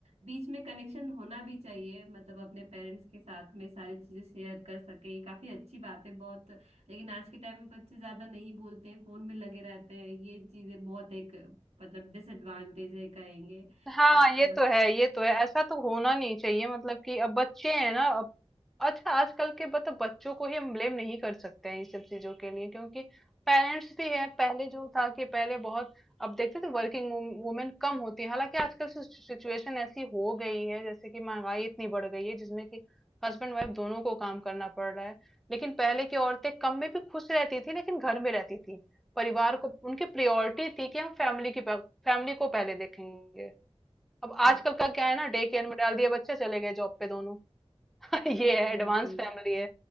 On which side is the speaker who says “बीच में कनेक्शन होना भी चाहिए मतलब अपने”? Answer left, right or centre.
Right